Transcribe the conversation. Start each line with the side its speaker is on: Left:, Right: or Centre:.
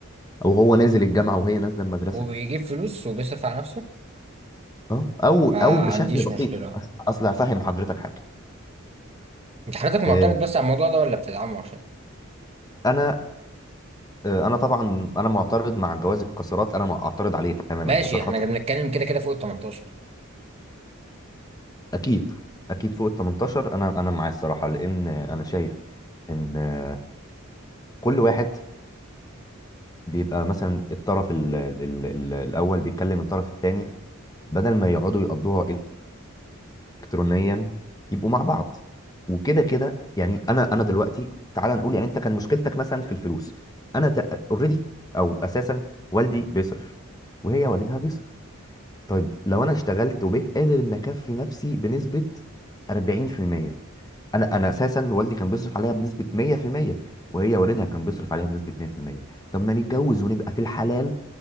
Left: او هو نازل الجامعه وهي نازله المدرسه
Right: وبيجيب فلوس وبيصرف على نفسه
Left: اه او
Right: ما
Left: او بشكل
Right: عنديش
Left: بسيط
Right: مشكلة
Left: أص- اصل هفهم حضرتك حاجه
Right: انت حضرتك معترض
Left: آه،
Right: بس على الموضوع ده ولا بتدعمه عشان
Left: انا آه، انا طبعا انا معترض مع جواز القاصرات انا معترض عليه تماما
Right: ماشي
Left: هذا خطأ
Right: احنا بنتكلم كده كده فوق ال 18
Left: اكيد اكيد فوق ال 18 انا انا معاه الصراحه لان انا شايف ان آه، كل واحد بيبقى مثلا الطرف ال ال ال ال الأول بيكلم الطرف التاني بدل ما يقعدوا يقضوها إلكترونيا يبقوا مع بعض وكده كده يعني أنا أنا دلوقتي تعال نقول يعني أنت كان مشكلتك مثلا في الفلوس أنا أوريدي أو أساسا والدي بيصرف وهي والدها بيصرف طيب لو أنا اشتغلت وبقيت قادر إن أكفي نفسي بنسبة 40% انا انا اساسا والدي كان بيصرف عليها بنسبه 100% وهي والدها كان بيصرف عليها بنسبه 100% طب ما نتجوز ونبقى في الحلال